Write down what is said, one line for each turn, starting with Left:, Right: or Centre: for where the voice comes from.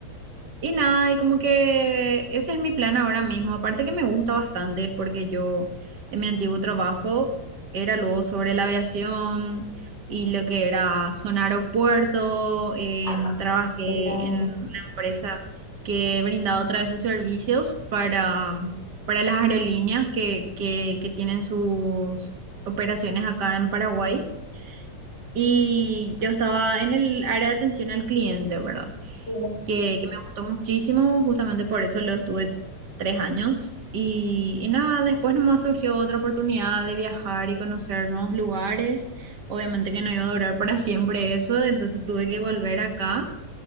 Right: Y nada, y como que ese es mi plan ahora mismo. Aparte que me gusta bastante porque yo en mi antiguo trabajo era luego sobre la aviación y lo que era zona aeropuerto. em,
Left: Ah,
Right: trabajé
Left: claro.
Right: en una empresa que brindaba otra de sus servicios para, para las aerolíneas que, que, que tienen sus operaciones acá en Paraguay. Y yo estaba en el área de atención al cliente, ¿verdad?
Left: claro.
Right: que, que me gustó muchísimo, justamente por eso lo estuve tres años. Y, y nada, después nomás surgió otra oportunidad de viajar y conocer nuevos lugares. Obviamente que no iba a durar para siempre eso, entonces tuve que volver acá.